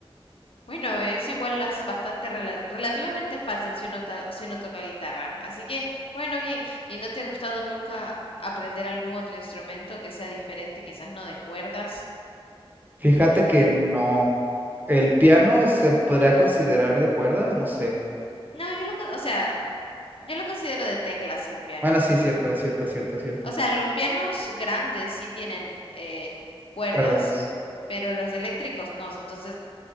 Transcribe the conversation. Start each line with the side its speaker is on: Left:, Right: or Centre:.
Left: Bueno, es igual las- bastante rela- relativamente fácil si uno, ta- si uno toca guitarra. Así que, bueno, bien. ¿Y no te ha gustado nunca aprender algún otro instrumento que sea diferente, quizás no de cuerdas?
Right: Fíjate que no. El piano se podrá considerar de cuerdas, no sé.
Left: No, yo lo, con- o sea, yo lo considero de teclas el piano.
Right: Bueno, sí, cierto, es cierto, es cierto, es cierto.
Left: O sea, los pianos grandes sí tienen eh, cuerdas,
Right: Cuerdas.
Left: pero los eléctricos no. Entonces,